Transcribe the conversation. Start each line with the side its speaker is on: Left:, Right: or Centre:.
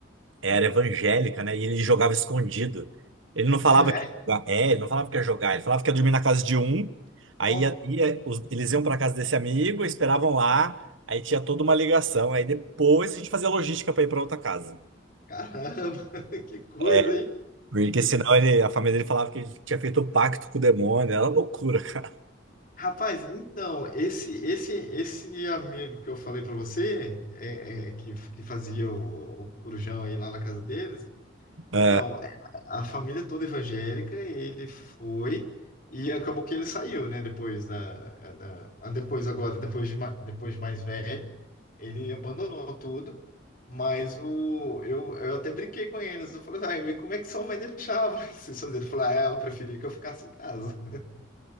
Right: era evangélica, né? E ele jogava escondido. Ele não falava
Left: Ah, é?
Right: que ia jogar. É, ele não falava que ia jogar. Ele falava que ia dormir na casa de um. Aí
Left: Ó,
Right: ia, ia- os- eles iam para casa desse amigo, esperavam lá. Aí tinha toda uma ligação. Aí depois a gente fazia logística para ir para outra casa.
Left: caramba, <laughs> que coisa,
Right: É,
Left: hein?
Right: porque
Left: <laughs>
Right: senão ele, a família dele falava que ele tinha feito um pacto com o demônio. Era loucura, cara.
Left: Rapaz, então, esse esse esse amigo que eu falei pra você, é, é, que, que fazia o, o corujão aí lá na casa deles,
Right: É.
Left: Então, é, a família toda evangélica, ele foi e acabou que ele saiu, né? Depois da, é, da- ah, depois agora, depois de, ma- depois de mais velho, ele abandonou tudo. Mas o, eu, eu até brinquei com eles. Eu falei, ai, como é que sua mãe deixava <laughs> vocês fazerem? Ele falou, ah, ela preferia que eu ficasse em casa.